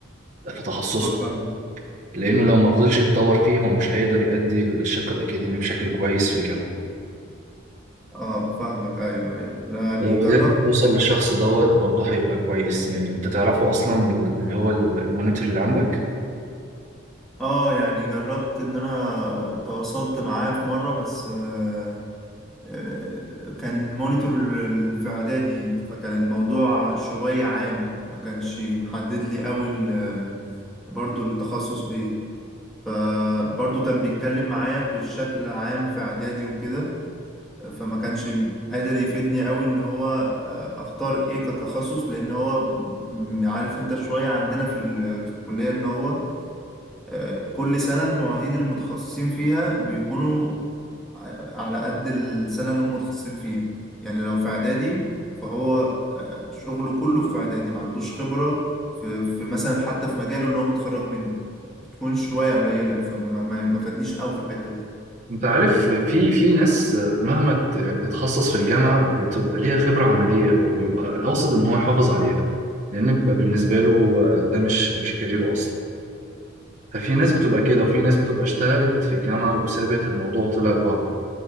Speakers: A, on the right; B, in the centre.
A: في تخصصه
B: اه فاهمك
A: لأنه لو ما فضلش يتطور فيه هو مش هيقدر يأدي الشق الأكاديمي بشكل كويس في الجامعة
B: اه فاهمك ايوه ايوه لا يعني
A: ولو
B: جربت
A: قدرت توصل للشخص دوت برضه هيبقى كويس يعني أنت تعرفه أصلا اللي هو المونيتور اللي عندك
B: اه يعني جربت ان انا تواصلت معاه في مره بس آه آه كان مونيتور ال- ال- في اعدادي فكان الموضوع شويه عام ما كانش محدد لي قوي ال- برضو التخصص ايه آه، برضو كان بيتكلم معايا بالشكل العام في اعدادي وكده فما كانش قادر يفيدني قوي ان هو آه، اختار ايه كتخصص لان هو م- عارف انت شوية عندنا في ال- في الكلية ان هو آه، كل سنة المعيدين المتخصصين فيها بيكونوا ع- على قد السنة اللي هم متخصصين فيها يعني لو في اعدادي فهو آه، شغله كله في اعدادي ما عندوش خبرة في في مثلا حتى في مجاله اللي هو متخرج منه بتكون شوية قليلة فما ما ما فادنيش قوي في الحتة دي
A: انت عارف في في ناس مهما ت- يعني تتخصص في الجامعه بتبقى ليها خبره عمليه هو بيبقى قاصد ان هو يحافظ عليها لان بيبقى بالنسبه له ده مش مش كاريره اصلا ففي ناس بتبقى كده وفي ناس بتبقى اشتغلت في الجامعه وسابت الموضوع وطلعت بره